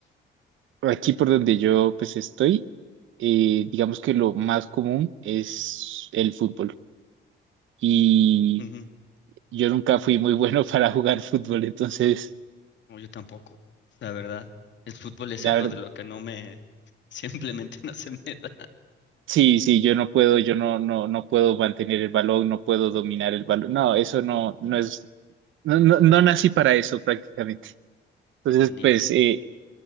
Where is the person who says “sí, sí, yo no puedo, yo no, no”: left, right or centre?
Right